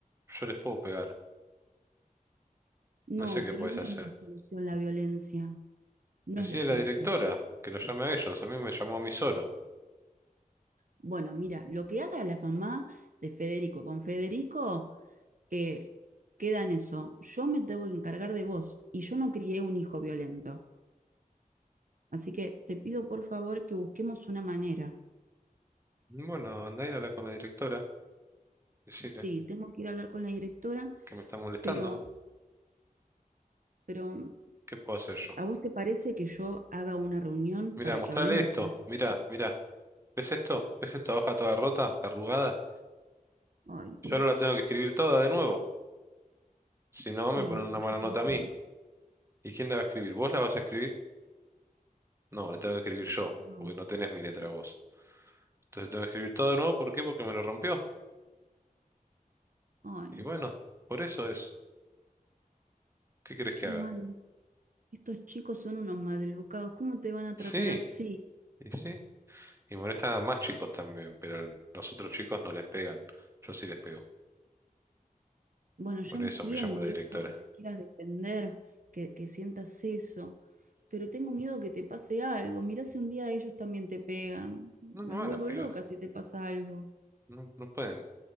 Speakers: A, on the right; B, on the right.
A: Yo les puedo pegar.
B: No,
A: No sé qué
B: pero
A: podés
B: no
A: hacer.
B: es la solución la violencia. No
A: Decirle
B: es la solución.
A: a la directora que lo llame a ellos. A mí me llamó a mí solo.
B: Bueno, mira, lo que haga la mamá de Federico con Federico, eh, queda en eso. Yo me tengo que encargar de vos y yo no crié un hijo violento. Así que te pido por favor que busquemos una manera.
A: Bueno, andá y habla con la directora. Decirle
B: Sí, tengo que ir a hablar con la directora,
A: que me está molestando.
B: pero, pero
A: ¿Qué puedo hacer yo?
B: ¿a vos te parece que yo haga una reunión
A: Mira,
B: para
A: mostrarle
B: que hablemos
A: esto.
B: con este
A: Mira,
B: tipo?
A: mira. ¿Ves esto? ¿Ves esta hoja toda rota, arrugada?
B: Ay,
A: Yo
B: Dios.
A: ahora la tengo que escribir toda de nuevo. Si no,
B: Sí,
A: me ponen
B: hijo,
A: una mala
B: yo te
A: nota
B: entiendo.
A: a mí. ¿Y quién la va a escribir? ¿Vos la vas a escribir? No, la tengo que escribir yo,
B: No.
A: porque no tenés mi letra vos. Entonces tengo que escribir todo de nuevo. ¿Por qué? Porque me lo rompió.
B: Ay,
A: Y bueno, por eso es. ¿Qué querés
B: qué
A: que haga?
B: malos. Estos chicos son unos maleducados. ¿Cómo te van a
A: Sí,
B: tratar así?
A: y sí. Y molestan a más chicos también, pero los otros chicos no les pegan. Yo sí les pego.
B: Bueno, yo
A: Por
B: entiendo,
A: eso me llamó la directora.
B: hijo, que te quieras defender, que, que sientas eso, pero tengo miedo que te pase algo. Mirá si un día ellos también te pegan.
A: No
B: Me
A: me van
B: vuelvo
A: a pegar.
B: loca si te pasa algo.
A: No, no pueden